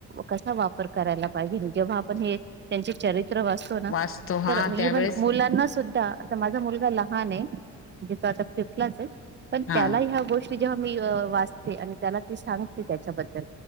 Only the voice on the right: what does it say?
कसा वापर करायला पाहिजे जेव्हा आपण हे त्यांचे चरित्र चरित्र वास्तव ना
तर
इवन मुलांना सुद्धा आता माझा मुलगा लहान आहे म्हणजे तो आता फिफ्टलाच जाईल पण
त्याला ह्या गोष्टी जेव्हा मी वाचते आणि त्याला ते सांगते त्याच्याबद्दल